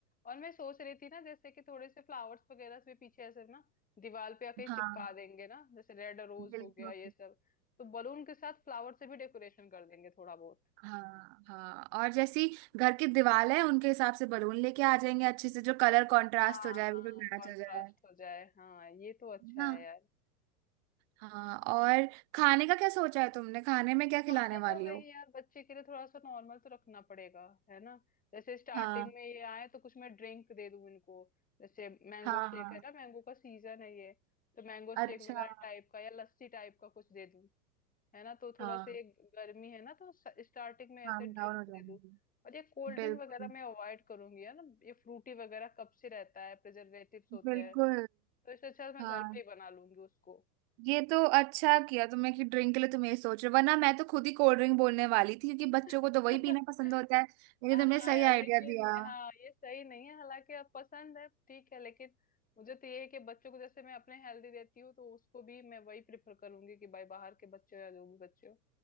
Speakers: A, on the left; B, on the right.
A: और मैं सोच रही थी ना जैसे कि थोड़े से फ्लावर्स वगैरह से पीछे ऐसे ना दीवार पे आके
B: हाँ
A: चिपका देंगे ना जैसे रेड रोज
B: बिल्कुल
A: हो गया ये सब तो बलून के साथ फ्लावर से भी डेकोरेशन कर देंगे थोड़ा बहुत
B: हाँ हाँ और जैसी घर की दीवार है उनके हिसाब से बलून लेके आ जाएंगे अच्छे से जो कलर कंट्रास्ट
A: हाँ
B: हो जाए
A: हाँ
B: बिल्कुल मैच
A: कॉन्ट्रास्ट
B: हो जाए
A: हो जाए हाँ ये तो अच्छा
B: ना।
A: है यार
B: हाँ
A: हाँ
B: और खाने का क्या सोचा है तुमने खाने में क्या
A: वाले
B: खिलाने वाली
A: का वही
B: हो
A: यार बच्चे के लिए थोड़ा सा नॉर्मल तो रखना पड़ेगा है ना जैसे स्टार्टिंग
B: हाँ
A: में ये आए तो कुछ मैं ड्रिंक दे दूं इनको जैसे मैंगो
B: हाँ
A: शेक
B: हाँ
A: है ना मैंगो का सीजन है ये तो मैंगो शेक
B: अच्छा
A: वगैरह टाइप का या लस्सी टाइप का कुछ दे दूं है ना तो थोड़ा
B: हाँ
A: सा ये गर्मी है ना तो स्टार्टिंग में ऐसे
B: काम
A: ड्रिंक
B: डाउन हो
A: दे
B: जाऊंगी
A: दूं और ये कोल्ड ड्रिंक
B: बिल्कुल
A: वगैरह मैं अवॉइड करूंगी है ना ये फ्रूटी वगैरह कब से रहता है प्रिजर्वेटिव्स होते
B: बिल्कुल
A: हैं तो इससे अच्छा तो मैं
B: हाँ
A: घर पे ही बना लूंगी उसको
B: ये तो अच्छा किया तुमने कि ड्रिंक के लिए तुम ये सोच रहे हो वरना मैं तो खुद ही कोल्ड ड्रिंक बोलने वाली थी क्योंकि बच्चों
A: <laughs>
B: को तो वही पीना पसंद होता है लेकिन
A: हाँ
B: तुमने सही
A: यार लेकिन
B: आइडिया दिया
A: हाँ ये सही नहीं है हालांकि अब पसंद है ठीक है लेकिन मुझे तो ये है कि बच्चों को जैसे मैं अपने हेल्दी देती हूँ तो उसको भी मैं वही प्रेफर करूंगी कि भाई बाहर के बच्चों या जो भी बच्चे हो